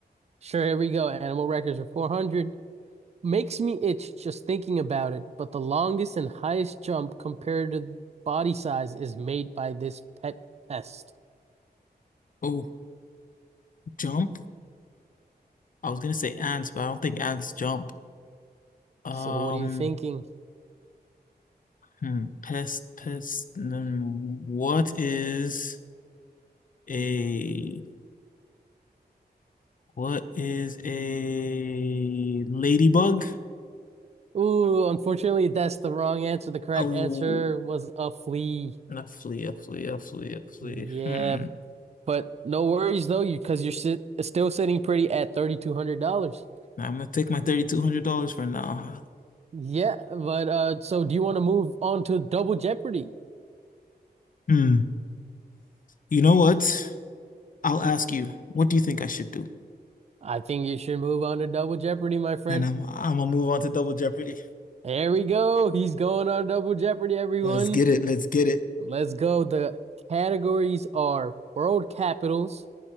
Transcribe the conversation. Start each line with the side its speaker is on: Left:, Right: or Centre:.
Right: Sure, here we go. Animal records are 400. Makes me itch just thinking about it, but the longest and highest jump compared to body size is made by this pet pest.
Left: Oh, jump. I was gonna say ants, but I don't think ants jump. Um,
Right: So what are you thinking?
Left: hmm, pest, pest. mm, What is a what is a ladybug?
Right: Ooh, unfortunately, that's the wrong answer. The correct
Left: Oh,
Right: answer was a flea.
Left: not flea, a flea, a flea, a flea.
Right: Yeah,
Left: Hmm.
Right: but no worries though, you because you're sit still sitting pretty at $3,200.
Left: Now I'm gonna take my $3,200 for now.
Right: Yeah, but uh, so do you want to move on to Double Jeopardy?
Left: Hmm. You know what? I'll ask you, what do you think I should do?
Right: I think you should move on to Double Jeopardy, my friend.
Left: Then I'm I'm gonna move on to Double Jeopardy.
Right: There we go. He's going on Double Jeopardy, everyone.
Left: Let's get it. Let's get it.
Right: Let's go. The categories are world capitals,